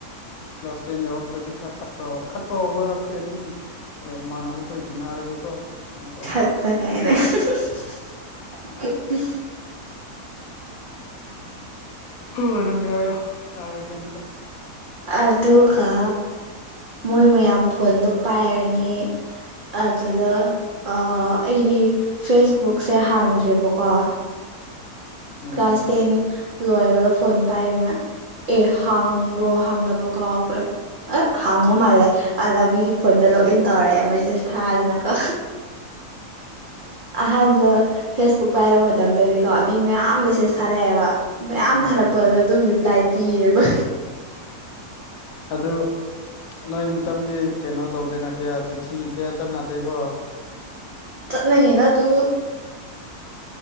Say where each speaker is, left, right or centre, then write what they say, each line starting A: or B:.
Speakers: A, on the left; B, on the right.
A: ꯀ꯭ꯂꯥꯁ ꯇꯦꯟ ꯌꯧꯔꯛꯛꯇꯗꯤ ꯈꯔꯠꯄ ꯈꯠꯄ ꯍꯧꯕ ꯍꯥꯏꯕꯁꯦ ꯑꯗꯨꯝ ꯑꯦ ꯏꯃꯥꯟꯅꯕ ꯈꯣꯏ ꯇꯤꯟꯅꯔꯒꯀꯣ ꯀꯩꯅꯣ ꯇꯧꯕ
B: <unintelligible>
A: ꯍꯣꯏ ꯅꯪꯒꯤ ꯍꯥꯏꯌꯣ ꯇꯥꯈ꯭ꯔꯒꯦ ꯑꯃꯨꯈꯛ
B: ꯑꯗꯨꯒ
A: ꯎꯝ
B: ꯃꯣꯏ ꯃꯌꯥꯝ ꯐꯣꯟꯗꯣ ꯄꯥꯏꯔꯅꯤ ꯑꯗꯨꯗ ꯑꯩꯗꯤ ꯐꯦꯁꯕꯨꯛꯁꯦ ꯍꯥꯡꯗ꯭ꯔꯦꯕꯀꯣ
A: ꯎꯝ
B: ꯀ꯭ꯂꯥꯁ ꯇꯦꯟ ꯂꯣꯏꯕꯗ ꯐꯣꯟ ꯄꯥꯏꯕꯅꯤꯅ ꯑꯦ ꯍꯥꯡꯕ꯭ꯔꯣ ꯍꯥꯡꯗꯕ꯭ꯔꯣ ꯀꯥꯎꯈ꯭ꯔꯦ ꯑ ꯍꯥꯡꯉꯣ
A: ꯎꯝ
B: ꯃꯥꯜꯂꯦ ꯑꯗ ꯃꯤꯒꯤ ꯐꯣꯟꯗ ꯂꯣꯛ ꯏꯟ ꯇꯧꯔꯛꯑꯦ ꯃꯦꯁꯦꯁ ꯊꯥꯗꯅꯀꯣ ꯑꯍꯥꯟꯕ ꯐꯦꯁꯕꯨꯛ ꯄꯥꯏꯕ ꯃꯇꯝꯗꯗꯤꯀꯣ ꯃꯤ ꯃꯌꯥꯝ ꯃꯦꯁꯦꯁ ꯊꯥꯔꯛꯑꯦꯕ ꯃꯌꯥꯝ
A: ꯎꯝ
B: ꯊꯥꯔꯛꯄꯗ ꯑꯗꯨꯝ ꯔꯤꯄ꯭ꯂꯥꯏ ꯄꯕ
A: ꯑꯗꯣ ꯅꯣꯏ ꯃꯇꯝꯇꯗꯤ ꯀꯩꯅꯣ ꯇꯧꯗꯦꯅ ꯀꯌꯥ ꯆꯤꯊꯤ ꯀꯌꯥ ꯆꯠꯅꯗꯦꯀꯣ
B: ꯅꯗ ꯑꯗꯨ